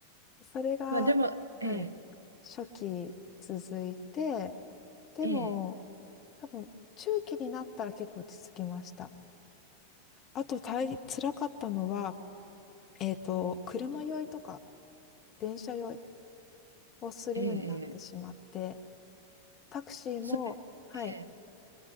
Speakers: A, on the left; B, on the right.
A: それが、
B: まあでも、
A: はい、
B: ええ、
A: 初期続いて、でも、
B: ええ
A: 多分、中期になったら結構落ち着きました。あと、大、辛かったのは、えっと、車酔いとか、電車酔いをするようになってしまって、
B: ええ、ええ。
A: タクシーも、
B: それ、
A: はい、
B: ええ。